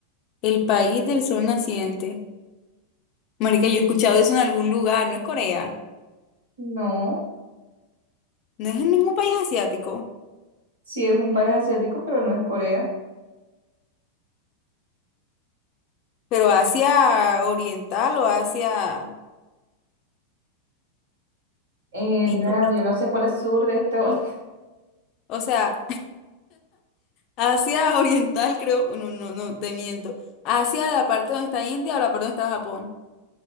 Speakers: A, on the left (about 40°); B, on the right (about 65°).
A: El país del sol naciente. Marica, yo he escuchado eso en algún lugar. No es Corea.
B: no.
A: No es en ningún país asiático.
B: Sí, es un país asiático, pero no es Corea.
A: Pero hacia oriental o hacia...
B: Eh,
A: Pista,
B: no,
A: pista.
B: yo no sé cuál es sur de este <laughs>
A: O sea, hacia <laughs> oriental creo... No, no, no, te miento. Hacia la parte donde está India o la parte donde está Japón.